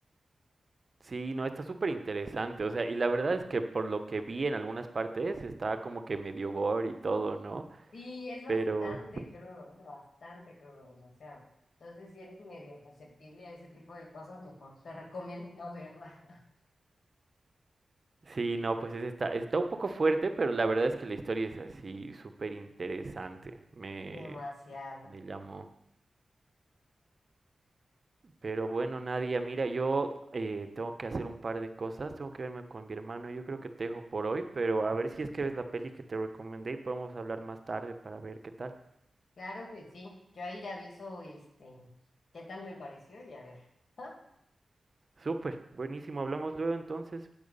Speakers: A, on the right; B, on the left.
A: Sí, no, está súper interesante. O sea, y la verdad es que por lo que vi en algunas partes está como que medio gore y todo, ¿no?
B: Sí, es bastante
A: Pero
B: crudo, ¿no? bastante crudo, o sea, entonces si eres medio susceptible a ese tipo de cosas, mejor te recomiendo no verla.
A: Sí, no, pues ese está, está un poco fuerte, pero la verdad es que la historia es así súper interesante. Me,
B: <laughs> Demasiado.
A: me llamó. Pero bueno, Nadia, mira, yo eh, tengo que hacer un par de cosas, tengo que verme con mi hermano, yo creo que te dejo por hoy, pero a ver si es que ves la peli que te recomendé y podemos hablar más tarde para ver qué tal.
B: Claro que sí. Yo ahí te aviso, este, qué tal me pareció y a ver. <laughs>
A: Súper, buenísimo, hablamos luego entonces.